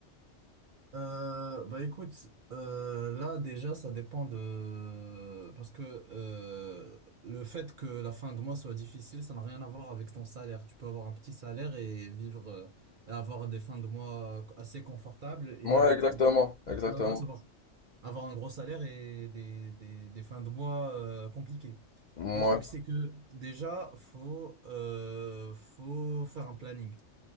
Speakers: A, on the right; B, on the left.
A: Euh, bah écoute, euh, là déjà ça dépend de... Parce que euh, le fait que la fin de mois soit difficile, ça n'a rien à voir avec ton salaire. Tu peux avoir un petit salaire et vivre euh, et avoir des fins de mois assez confortables et
B: Ouais,
A: euh,
B: exactement,
A: non,
B: exactement.
A: l'inverse, avoir, avoir un gros salaire et des, des, des fins de mois euh, compliquées.
B: Ouais,
A: Le truc c'est que déjà faut, euh, faut faire un planning.